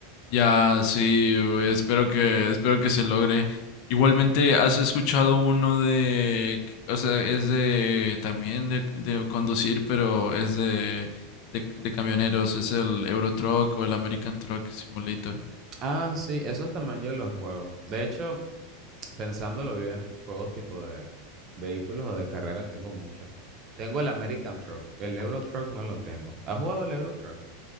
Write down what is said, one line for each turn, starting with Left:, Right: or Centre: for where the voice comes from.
Left: Ya, sí, güey, espero que, espero que se logre. Igualmente, ¿has escuchado uno de, o sea, es de, también de, de conducir, pero es de, de, de camioneros, es el Euro Truck o el American Truck Simulator?
Right: Ah, sí, esos también yo los juego. De hecho, pensándolo bien, juegos tipo de vehículos o de carrera tengo muchos. Tengo el American Truck, el Euro Truck no lo tengo. ¿Has jugado el Euro Truck?